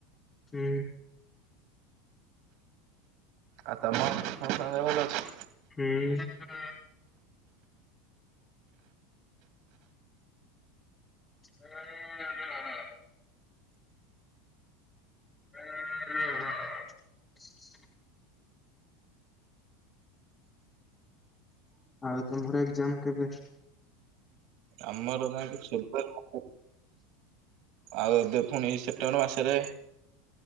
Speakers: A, on the left; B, on the right.
A: ହୁଁ।
B: ଆଉ ତମ <inaudible> ସମସ୍ତଙ୍କର ଦେହ ଭଲ ଅଛି?
A: ହୁଁ। ହଁ ହଁ ହଁ ହଁ ହଁ ହଁ ଆଉ ତମର ଏକ୍ଜାମ କେବେଠୁ?
B: ଆମର ଯାଇକି ଫେବୃଆରୀ ମାସରେ। ଆଉ ଏବେ ପୁଣି ସେପ୍ଟେମ୍ବର ମାସରେ।